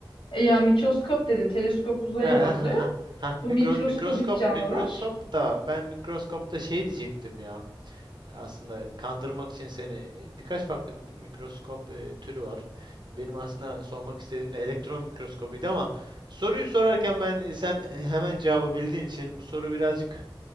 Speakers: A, on the left; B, on the right.
A: E ya mikroskop dedin, teleskop uzaya
B: Ha, ha,
A: bakılıyor.
B: ha, ha. Ha, mikro,
A: Bu mikroskobik
B: mikroskop
A: canlılar.
B: mikroskop da ben mikroskopta şey diyecektim ya. Aslında kandırmak için seni birkaç farklı mi- mikroskop e, türü var. Benim aslında sormak istediğim de elektron mikroskobuydu ama soruyu sorarken ben e, sen e, hemen cevabı bildiğin için bu soru birazcık